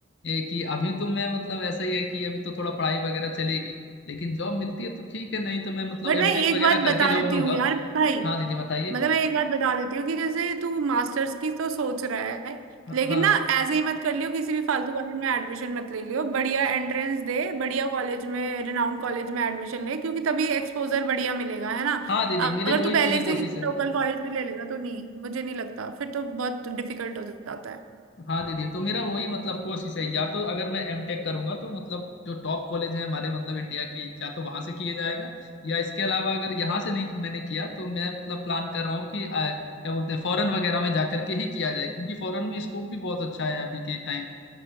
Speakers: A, on the left; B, on the right.
A: ये कि अभी तो मैं मतलब ऐसा ही है कि अभी तो थोड़ा पढ़ाई वगैरह चलेगी लेकिन जॉब मिलती है तो ठीक है नहीं तो मैं मतलब
B: बट
A: एमटेक
B: मैं एक
A: वगैरह
B: बात
A: करके
B: बता
A: जॉब
B: देती
A: लूंगा
B: हूँ यार भाई
A: हाँ दीदी बताइए
B: मतलब मैं एक बात बता देती हूँ कि जैसे तू मास्टर्स की तो सोच रहा है
A: हाँ
B: लेकिन
A: हाँ
B: ना ऐसे ही मत कर लियो किसी भी फालतू कॉलेज में एडमिशन मत ले लियो बढ़िया एंट्रेंस दे बढ़िया कॉलेज में रिनाउंड कॉलेज में एडमिशन ले क्योंकि तभी एक्सपोजर बढ़िया मिलेगा है ना
A: हाँ दीदी
B: अगर
A: मेरी वही
B: तू पहले
A: पूरी
B: से
A: कोशिश
B: किसी
A: है
B: लोकल कॉलेज में ले लेगा तो नहीं मुझे नहीं लगता फिर तो बहुत डिफिकल्ट हो जाता है
A: हाँ दीदी तो मेरा वही मतलब कोशिश है या तो अगर मैं एमटेक करूंगा तो मतलब जो टॉप कॉलेज हैं हमारे मतलब इंडिया के या तो वहां से किया जाएगा या इसके अलावा अगर यहाँ से नहीं मैंने किया तो मैं मतलब प्लान कर रहा हूँ कि आ, क्या बोलते हैं फॉरेन वगैरह में जाकर के ही किया जाए क्योंकि फॉरेन में स्कोप भी बहुत अच्छा है अभी के टाइम में